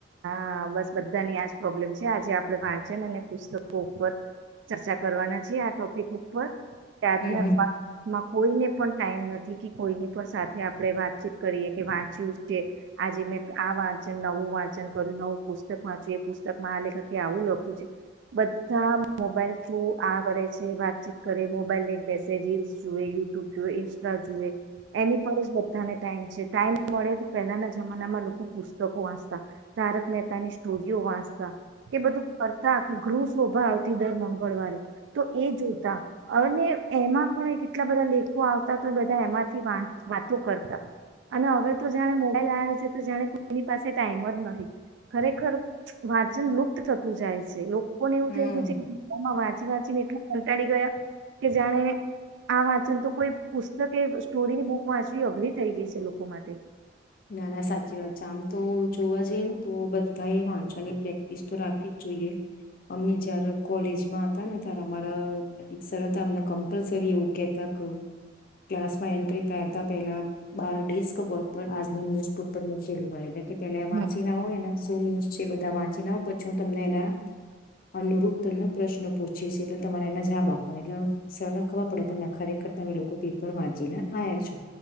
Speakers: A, on the right; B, on the left.
A: હા બસ બધાની આજ પ્રોબ્લેમ છે આજે આપડણે વાંચન અને પુસ્તકો ઉપર ચર્ચા કરવાના છી આ ટોપિક ઉપર. કે આજના
B: હમ હમ
A: ફમાં કોઈને પણ ટાઈમ નથી કે કોઈની પણ સાથે આપણે વાતચીત કરીએ કે વાંચ્યું છે આજે મેં આ વાંચન નવું વાંચન કર્યું નવું પુસ્તક વાંચ્યું એ પુસ્તકમાં આ લેખકે આવું લખ્યું છે બધા મોબાઈલ થ્રુ આ કરે છે વાતચીત કરે મોબાઈલ લઈને બેસે રીલ્સ જોએ યુટ્યુબ જોુએ ઈન્સ્ટા જોુએ એની પર જ બધાને ટાઈમ છે ટાઈમ મળે તો પહેલાના જમાનામાં લોકો પુસ્તકો વાંચતા. તારક મહેતાની સ્ટોરીઓ વાંચતા કે બધું કરતા કે ગૃહ શોભા આવતી દર મંગળવારે તો એ જોતા અને એમાં પણ કેટલા બધા લેખો આવતા તો બધા એમાંથી વા વાતો કરતા અને હવે તો જાણે મોબાઈલ આવે છે તો જાણે કોઈની પાસે ટાઈમ જ નથી. ખરેખર વાંચન લુપ્ત થતું જાય છે. લો કો પણ
B: હમ
A: એવું થઈ ગયું છે વાત ચી વાચી વાંચીને એટલા કંટાળ ગયા કે જાણે આ વાંચન તો કોઈ પુસ્તક એ સ્ટોરીની બુક વાંચવી અઘરી થઈ ગઈ છે લોકો માટે.
B: ના ના સાચી વાત છે આમ તો જોવા જઈએ ને તો બધા એ વાંચવાની પ્રેક્ટિસ તો રાખવી જ જોઈએ અમી જય્યારે કોલેજમાં હતા ને ત્યારે અમારા એક સર અમને કમ્પલસરી એવું કેતા ક ક્લાસમાં એન્ટ્રી પહેરતા પેલા બાર ડેસ્ક બોર્ડ પર ન્યુઝપેપર મૂકેલું હોય ને કે એલે વાંચી
A: હમ
B: ના હોય એને. શું ન્યૂઝ છે એ બધા વાંચીને આવ પછી હું તમને એના અનુરૂપ તલબ પ્રશ્ન પૂછીસ એટલે તમારે એના જવાબ આપવા એટલે સરખવા પડે તને ખરેખર તમે લોકો પેપર વાંચીને આયા છો.